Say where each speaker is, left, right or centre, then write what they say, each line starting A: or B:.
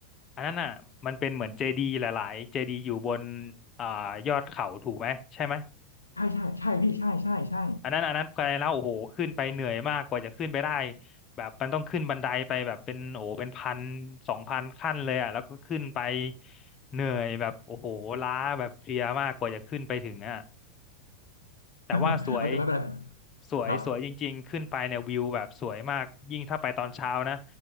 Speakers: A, on the left (about 30°); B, on the left (about 80°).
A: อันนั้นน่ะมันเป็นเหมือนเจดีย์หลายๆเจดีย์อยู่บนอ่ายอดเขาถูกไหมใช่ไหม
B: ใช่ใช่ใช่พี่ใช่ใช่ใช่
A: อันนั้นอันนั้นไปแล้วโอ้โหขึ้นไปเหนื่อยมากกว่าจะขึ้นไปได้แบบมันต้องขึ้นบันไดไปแบบเป็นโอ้โหเป็นพันสองพันขั้นเลยอ่ะแล้วก็ขึ้นไปเหนื่อยแบบโอ้โหล้าแบบเพลียมากกว่าจะขึ้นไปถึงอ่ะ แต่ว่าสวย
B: <laughs> เออแต่ไม่เป็นไร
A: สวยสวยจริงๆขึ้นไปเนี่ยวิวแบบสวยมากยิ่งถ้าไปตอนเช้านะ
B: ครับ